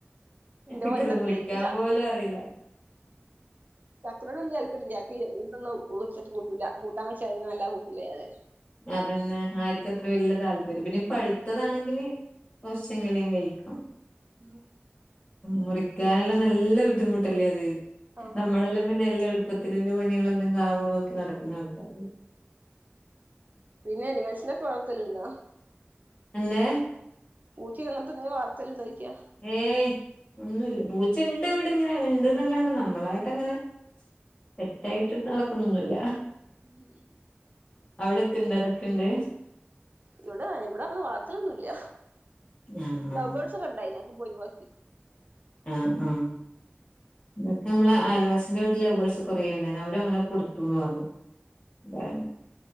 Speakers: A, on the right; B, on the left.
A: ഇന്റെ
B: എനിക്കത്
A: പോലെത്തന്നല്ലേ
B: മുറിക്കാൻ
A: ഇൻക്ക്
B: പോലും അറിയില്ല
A: ചക്കനോട്‌ വെല്യ തല്പ്പര്യല്ല <unintelligible> കൂട്ടൂല്ല കൂട്ടാൻ വെച്ചാലൊന്നും വെല്ലാ കൂട്ടൂല ഞാന്
B: അതന്നെ ആർക്കും അത്ര വല്യ താല്പര്യം പിന്നെ പഴുത്തതാണെങ്കില്. കൊർച്ചെങ്കിലും കഴിക്കും.
A: ഉം
B: മുറിക്കാനെല്ലാം നല്ല ബുദ്ധിമുട്ടല്ലേ അത്
A: ആഹ്
B: നമ്മളെല്ലാം. പിന്നെ എല്ലാം എള്പ്പത്തില് ല്ല പണികള് എന്തങ്കും ആവോ നോക്കി നടക്കുന്ന ആൾക്കാര്.
A: പിന്നെ അനിമൽസിനൊക്കെ വളർത്തല്ണ്ടോ?
B: എന്ത്?
A: പൂച്ചെ അങ്ങൻത്തെ എന്തേം വളർത്തല് ഉണ്ടോയ്ക്കാ?
B: ഏയ് ഒന്നുല്ല പൂച്ച ഇണ്ട് ഇവിടെ. നെ ഇണ്ട്ന്നല്ലാണ്ട് നമ്മളായിട്ട് അങ്ങനെ പെറ്റായിട്ട് നടക്കുന്നൊന്നുല്ല.
A: ഉം
B: അവിടൊക്കെ ഇണ്ട് അതൊക്കെ ഇണ്ട്.
A: ഇവിടെ ഇവിടെ അങ്ങനെ വളർത്ത ലൊന്നുല്ല.
B: ആഹ് ആഹ്
A: ലൗബേഡ്സ് ഒക്കെ ഇണ്ടായിനി അതൊക്കെ ഒഴിവാക്കി.
B: ഉം ഉം തൊക്കെ നമ്മളെ അയൽവാസിന്റെ വീട്ടില് ലൗ ബേഡ്സ് കൊറേണ്ടായിനി അവരും അങ്ങനെ കൊടുത്തുന്ന് പർഞ്ഞു. അതാണ്